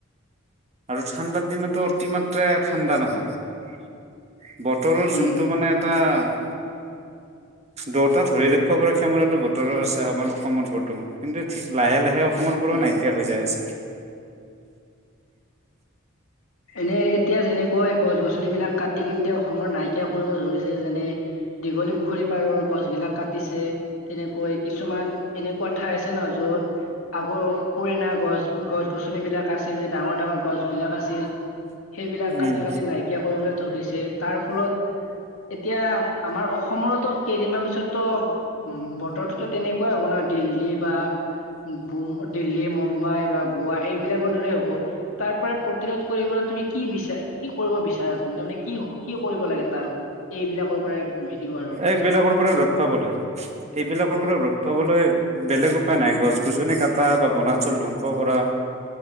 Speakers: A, on the right (about 35°); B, on the left (about 80°).
A: আৰু ঠাণ্ডাৰ দিনতো অতিমাত্ৰে ঠাণ্ডা নহয় আৰু। বতৰৰ
B: উম
A: যোনটো মানে এটা- দুটা ধৰি দেখুৱ পৰা ক্ষমতা বতৰৰ আছে আমাৰ অসমত বৰ্তমান কিন্তু- লাহে লাহে অসমৰ পৰাও
B: উম
A: নাইকিয়া হৈ যায় আছে।
B: এনে এতিয়া যেনেকৈ গছ গছন বিলাক কাটি কিন্ততে অসমৰ নাইকিয়া কৰিব ধৰিছে যেনে- দীঘলী পুখুৰী পাৰৰ গছবিলাক কাটিছে- তেনেকৈ কিছুমান এনেকুৱা ঠাই আছে ন য'ত- আগৰ পুৰণা গছ গছ গছনিবিলাক আছিল যে ডাঙৰ ডাঙৰ গছ বিলাক আছিল? সেইবিলাক
A: উম,
B: কাটি কাটি নাইকিয়া কৰিবলৈ ধৰিছে তাৰ ফলত- এতিয়া আমাৰ অসমৰতো কেইদিনমান পিছততো উমঁ বতৰটোতো তেনেকুৱাই হ'ব ন দিল্লী বা- বোম দিল্লী মুম্বাই বা গোৱা এইবিলাকৰ দৰে হ'ব তাৰ পৰা প্ৰতিটোধ- কৰিব তুমি কি বিচাৰা কি কৰিব বিচাৰা তুমি তাৰমানে কি কি কৰিব লাগে তাৰ এইবিলাকৰ পৰাই হেৰি হোৱাৰ বাবে
A: এই বেলেগৰ পৰা ৰ'দ পাবলৈ। এইবিলাকৰ পৰা ৰ'দ পাবলৈ বেলেগ- উপাই নাই গছ গছনি কাটা বা বনাঞ্চল ধ্বংস কৰা-